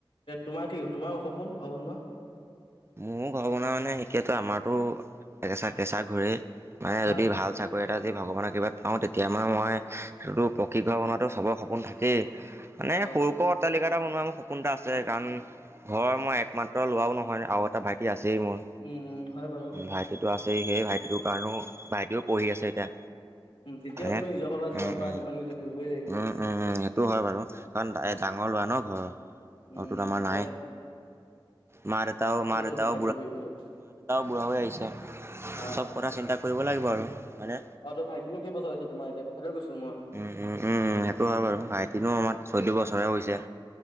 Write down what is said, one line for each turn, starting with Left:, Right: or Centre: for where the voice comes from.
Left: তোমাৰ কি তোমাৰ সপোন ঘৰ বনোৱা?
Right: মোৰ ঘৰ বনোৱা মানে এতিয়াতো, আমাৰতো কেঁচা- কেঁচা ঘৰ এ মাই
Left: হয়
Right: যদি ভাল চাকৰি এটা দিয়ে ভগৱানৰ কৃপাত পাওঁ, তেতিয়া মই- মই পকী ঘৰ বনোৱাটো চবৰে সপোন থাকেই। মানে
Left: অ
Right: সৰু ক'ত অট্টালিকা এটা বনোৱা মোৰ সপোন এটা আছে। কাৰণ ঘৰৰ মই একমাত্ৰ ল'ৰাও নহয় ন। আৰু এটা ভাইটি আছেই মোৰ।
Left: উম, হয় বাৰু।
Right: ভাইটিটো আছে, সেই ভাইটিটোৰ কাৰণেও ভাইটিও পঢ়ি আছে এতিয়া।
Left: উম, তেতিয়াও
Right: হয়নে
Left: তুমি নিজৰ ফালৰ
Right: উম
Left: পৰা
Right: উম
Left: যিমান নিজে কৰিবই লাগিব।
Right: উম উম, উম, সেইটোও হয় বাৰু। কাৰণ ডাঙৰ ল'ৰা ঘৰৰ
Left: উম,
Right: ঘৰটোত আমাৰ
Left: এতীয়া
Right: নাই
Left: এইটো
Right: মা- দেউতা, মা দেউতাও
Left: হৈছে ভাইটিয়ে কৰিবলৈ
Right: বুঢ়া হৈ আহিছে।
Left: অ
Right: চব কথা চিন্তা কৰিব লাগিব আৰু মানে।
Left: অ, তোৰ ভাইটি কেই বছৰ হৈছে? তোমাৰ এতিয়া কথাও কৈছোঁ মই।
Right: উম- উম- উম- উম, সেইটো হয় বাৰু, ভাইটিনো আমাৰ চৈধ্য বছৰে হৈছে।